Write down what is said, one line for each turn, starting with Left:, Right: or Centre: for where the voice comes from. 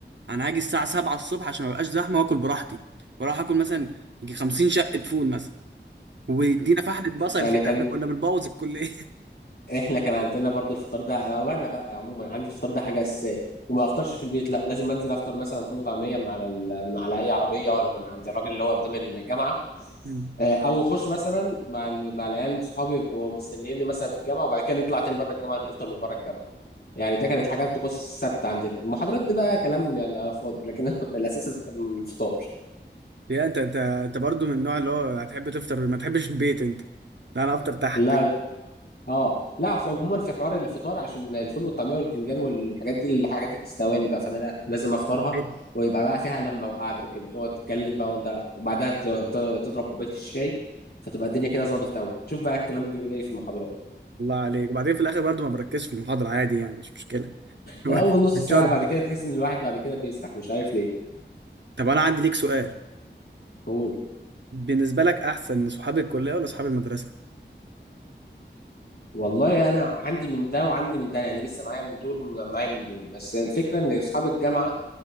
Right: انا هاجي الساعه 7 الصبح عشان ما بقاش زحمه واكل براحتي واروح اكل مثلا يجي 50 شقه فول مثلا ويدينا فحله بصل
Left: انا
Right: كده
Left: كان
Right: احنا كنا بنبوظ الكليه
Left: احنا كان عندنا برضو الفطار ده انا وانا بقى عموما عندي الفطار ده حاجه اساسيه وما افطرش في البيت لا لازم انزل افطر مثلا فول وطعميه من على ال... من على اي عربيه ولا من عند الراجل اللي هو قدام الجامعه
Right: <laughs>
Left: آه، او اخش مثلا مع ال... مع العيال صحابي يبقوا مستنيني مثلا في الجامعه وبعد كده نطلع تاني بره الجامعه نفطر من بره الجامعه يعني ده كانت حاجات تخص السبت عندنا المحاضرات دي بقى كلام يعني على فاضي لكن <laughs> الاساس الفطار
Right: يا انت انت انت برضو من النوع اللي هو هتحب تفطر ما تحبش البيت انت لا انا افطر تحت
Left: لا اه لا في عموما في حوار الفطار عشان الفول والطعميه والبتنجان والحاجات دي الحاجات دي بتستواني بقى فانا لا لازم افطرها
Right: البيت
Left: ويبقى بقى فيها لمه وقعده وكده تقعد تتكلم بقى وانت وبعدها ت- ت- تضرب كوبايه الشاي فتبقى الدنيا كده ظبطت قوي تشوف بقى الكلام بيقول ايه في المحاضرات
Right: الله عليك وبعدين في الاخر برضو ما بركزش في المحاضره عادي يعني مش مشكله <laughs>
Left: واول نص
Right: بتشرب
Left: ساعه بعد كده تحس ان الواحد بعد كده بيسرح مش عارف ليه
Right: طب انا عندي ليك سؤال
Left: قول
Right: بالنسبه لك احسن صحاب الكليه ولا صحاب المدرسه
Left: والله انا عندي من ده وعندي من ده يعني لسه معايا من دول ومعايا من دول بس الفكره ان اصحاب الجامعه